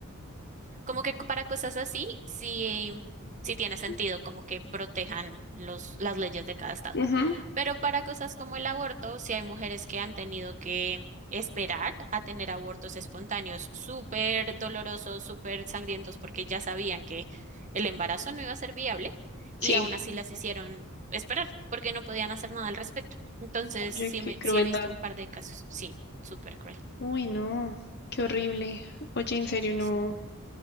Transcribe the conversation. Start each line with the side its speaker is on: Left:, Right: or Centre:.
Right: Como que para cosas así, sí, sí
Left: <laughs>
Right: tiene sentido, como que protejan los, las leyes de cada estado.
Left: Ujú,
Right: Pero para cosas como el aborto, sí hay mujeres que han tenido que esperar a tener abortos espontáneos súper dolorosos, súper sangrientos, porque ya sabían que el embarazo no iba a ser viable y
Left: Sí,
Right: aún así las hicieron esperar, porque no podían hacer nada al respecto. Entonces,
Left: oye,
Right: sí,
Left: qué
Right: me,
Left: crueldad.
Right: sí he visto un par de casos. Sí, súper cruel.
Left: Uy, no, qué horrible. Oye, en serio, no,
Right: Sí.